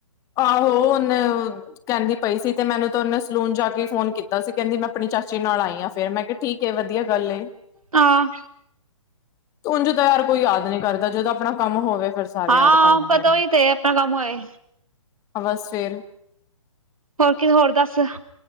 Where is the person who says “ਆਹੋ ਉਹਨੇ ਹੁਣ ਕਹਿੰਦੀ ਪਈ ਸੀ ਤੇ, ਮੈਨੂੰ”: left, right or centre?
Left